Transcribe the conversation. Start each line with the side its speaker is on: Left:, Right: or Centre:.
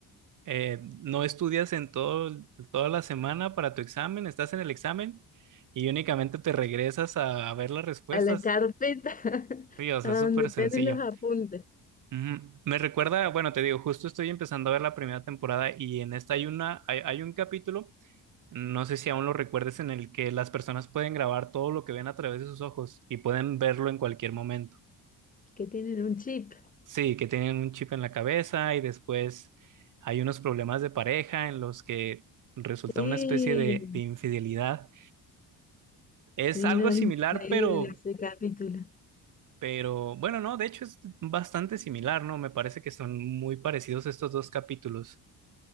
Right: eh, no estudias en todo, toda la semana para tu examen, estás en el examen y únicamente te regresas a a ver las respuestas.
Left: A la carpeta, <laughs>
Right: Sí, o sea,
Left: a donde
Right: es súper sencillo.
Left: tienen los apuntes,
Right: Ujú. Me recuerda, bueno, te digo, justo estoy empezando a ver la primera temporada y en esta hay una, hay, hay un capítulo, no sé si aún lo recuerdes, en el que las personas pueden grabar todo lo que ven a través de sus ojos y pueden verlo en cualquier momento.
Left: que tienen un chip.
Right: Sí, que tienen un chip en la cabeza y después hay unos problemas de pareja en los que resulta
Left: Sí,
Right: una especie de, de infidelidad. Es
Left: sí,
Right: algo
Left: no, es
Right: similar,
Left: increíble
Right: pero
Left: ese capítulo.
Right: Pero bueno, no, de hecho es bastante similar, ¿no? Me parece que son muy parecidos estos dos capítulos.